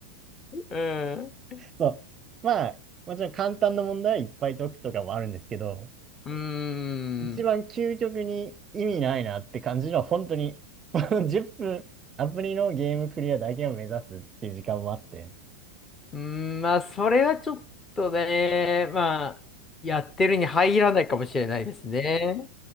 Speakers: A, on the left; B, on the right.
A: うん。う
B: そう。まあ、もちろん簡単な問題はいっぱい解くとかもあるんですけど、
A: ーん。
B: 一番究極に意味ないなって感じのは本当に、<laughs> この10分、アプリのゲームクリアだけを目指すっていう時間もあって、
A: うーん、まあ、それはちょっとね、まあ、やってるに入らないかもしれないですね。